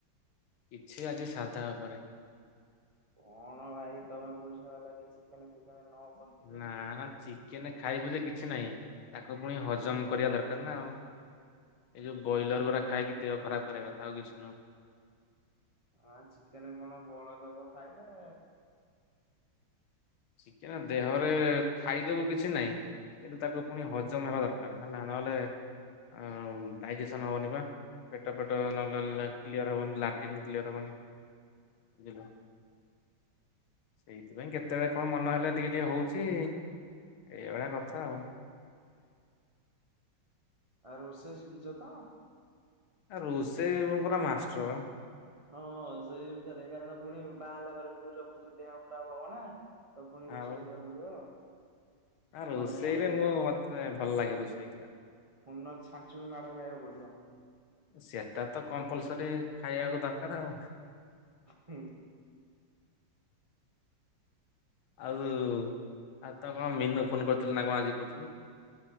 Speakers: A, on the left; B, on the right.
A: କିଛି ଆଜି ସାଧା ଉପରେ।
B: କଣ ଭାଇ ତମେ ପଇସା ବାଲା ହେଇକି ଚିକେନ ଫିକେନ ନ କଷିକି
A: ନା ନା ଚିକେନ ଖାଇବୁ ଯେ କିଛି ନାହିଁ ତାକୁ ପୁଣି ହଜମ କରିବା ଦରକାର ନା ଆଉ। ଏ ଯୋଉ ବ୍ରଏଲର ଗୁରା ଖାଇକି ଦେହ ଖରାପ କରିବା କଥା ଆଉ କିଛି ନୁହଁ।
B: ହଁ ଚିକେନ କଣ ବଳଦବ ଖାଇଲେ।
A: ଚିକେନ ଦେହରେ ଖାଇଦବୁ କିଛି ନାହିଁ। କିନ୍ତୁ ତାକୁ ପୁଣି ହଜମ ହେବା ଦରକାର ହେଲା ନହେଲେ ଆ ଡାଇଜେସନ ହବନି ବା ପେଟ ପେଟ ନହଲେ
B: ଓହୋ।
A: କ୍ଲିୟର ହବନି ଲାଟିନ୍ କ୍ଲିୟର ହବନି ବୁଝିଲ ଏଇଥିପାଇଁ କେ ତେବେଳେ କଣ ମନ ହେଲେ ଟିକେ ଟିକେ ହଉଚି ଏଇଭଳିଆ କଥା ଆଉ।
B: ଆ ରୋଷେଇ ଶିଖିଛ ତ
A: ଆ ରୋଷେଇ ମୁଁ ପୁରା ମାଷ୍ଟର ବା।
B: ହଁ ସେଇ ଅନୁସାରେ କାରଣ ପୁଣି ବାହାହେଲା ପରେ ଭାଉଜ ଫାଉଜ ଦେହ ଖରାପ ହବ ନା। ତ ପୁଣି ରୋଷେଇ
A: ଆଉ।
B: କରିବାକୁ ପଡିବ।
A: ନା ରୋଷେଇରେ
B: ନହେଲେ ପୁଣି
A: ମୁଁ ମତେ ଭଲ ଲାଗେ ରୋଷେଇ କରିବାକୁ।
B: ପୁଣି ନ ଛାଞ୍ଚୁଣି ମାଡ଼ ଖାଇବାକୁ ପଡିବ।
A: ସେଟା ତ କମ୍ପଲସରୀ ଖାଇବାକୁ ଦରକାର ଆଉ।
B: ହୁଁ।
A: ଆଉ ଆଜି ତ କଣ ମିନୁ ଫୋନ କରିଥିଲେ ନା କଣ ଆଜି କହୁଥିଲୁ।